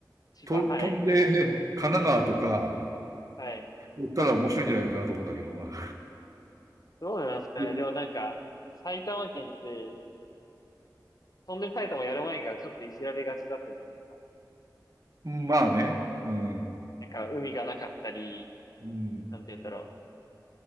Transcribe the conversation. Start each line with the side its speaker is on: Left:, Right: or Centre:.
Left: 千葉、
Right: と飛んで神奈川とか、
Left: はい、はい。
Right: 言ったら面白いんじゃないかなと思うんだけどな。
Left: <laughs> どうなんですかね。
Right: <laughs>
Left: でもなんか、埼玉県って、飛んで埼玉やる前からちょっといじられがちだったじゃないですか。
Right: まあね。うん。
Left: なんか、海がなかったり、
Right: うん。
Left: なんて言うんだろ